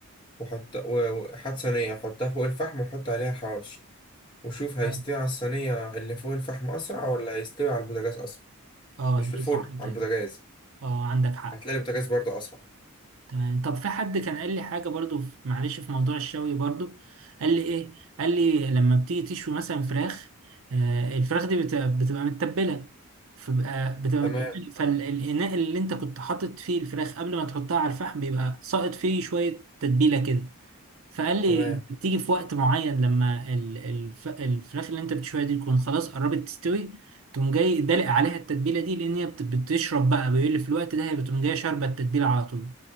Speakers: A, on the left (about 20°); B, on the right (about 60°).
A: وحط و- وحط صينية حطها فوق الفحم وحط عليها الحواوشي وشوف هيستوي
B: آه،
A: على الصينية اللي فوق الفحم أسرع ولا هيستوي على البوتاجاز أسرع
B: آه،
A: مش
B: دي
A: في الفرن
B: صح
A: على
B: كده
A: البوتاجاز
B: آه عندك حق
A: هتلاقي البوتاجاز برضه أسرع
B: تمام طب في حد كان قال لي حاجة برضو في- معلش في موضوع الشوي برضو قال لي ايه قال لي لما بتيجي تشوي مثلا فراخ آه الفراخ دي بتبقى, بتبقى متبلة فبقى بتبقى
A: تمام
B: متبلة فالإناء اللي انت كنت حاطط فيه الفراخ قبل ما تحطها على الفحم بيبقى ساقط فيه شوية تتبيلة كده فقال لي
A: تمام
B: أنت بتيجي في وقت معين لما ال- الف- الفراخ اللي انت بتشويها دي تكون خلاص قربت تستوي تقوم جاي دلق عليها التتبيله دي لان هي بت- بتشرب بقى بيقول لي في الوقت ده هي بتقوم جايه شاربه التتبيله على طول